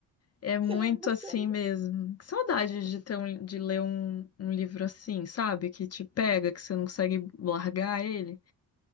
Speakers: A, on the left; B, on the right.
A: É muito
B: Ele é emocionante.
A: assim mesmo. Que saudade de ter um- de ler um, um livro assim, sabe? Que te pega, que você não consegue largar ele.